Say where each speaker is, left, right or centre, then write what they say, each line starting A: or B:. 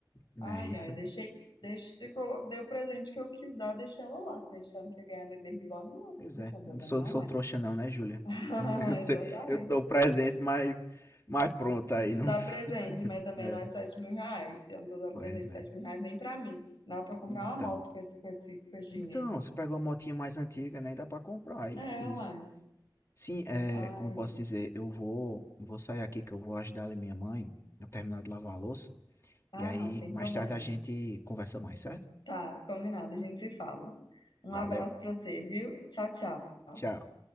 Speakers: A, on the left (about 35°); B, on the left (about 70°).
A: não
B: Ai,
A: é isso?
B: ai, deixei, deixei, colo- dei o presente que eu quis dar, deixei ela lá, acreditando que ia ganhar bebê reborn. Não,
A: Pois
B: não
A: é,
B: sou boba,
A: eu não sou,
B: não,
A: não sou
B: é.
A: trouxa não, né, Júlia?
B: <laughs>
A: <laughs> Eu sei,
B: Exatamente.
A: eu dou presente, mas, mas pronto
B: Não
A: aí,
B: te
A: não...
B: dá presente, mas também
A: É,
B: não é de 7 mil reais. Eu não tô dando
A: pois
B: presente de
A: é.
B: 7 mil reais nem pra mim. Dá pra comprar
A: Então,
B: uma moto com esse, com esse, com esse dinheiro.
A: então, você pegou uma motinha mais antiga, né? Dá pra comprar, aí
B: É,
A: é isso.
B: uai.
A: Sim, é,
B: Ai,
A: como eu posso
B: ai.
A: dizer, eu vou, vou sair aqui que eu vou ajudar a minha mãe a terminar de lavar a louça.
B: Ah,
A: E aí,
B: não, sem
A: mais
B: problemas.
A: tarde a gente conversa mais, certo?
B: Tá, combinado, a gente se fala. Um
A: Valeu,
B: abraço pra você, viu? Tchau, tchau.
A: tchau.